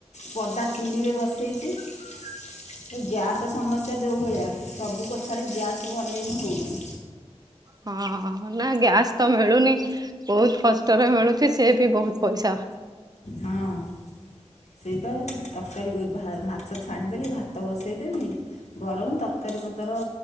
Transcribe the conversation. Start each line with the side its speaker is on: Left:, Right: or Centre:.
Left: ପଦା ଚୁଲିରେ ବସେଇଛି। ଏ ଗ୍ୟାସ୍ ସମସ୍ୟା, ଯଉଭଳିଆ ସବୁ କଥାରେ ଗ୍ୟାସ୍ କୁ ଅନେଇଲେ ହଉନାହିଁ।
Right: ହଁ ନା ଗ୍ୟାସ ତ ମିଳୁନି ବହୁତ କଷ୍ଟରେ ମିଳୁଛି ସେ ବି ବହୁତ ପଇସା।
Left: ହଁ ସେଇପା ତରକାରୀ କରି ଭା ମାଛ ଛାଣିଦେଲେ ଭାତ ଭାତ ବସାଇ ଦେବି ବରଂ ତରକାରୀ ପତ୍ର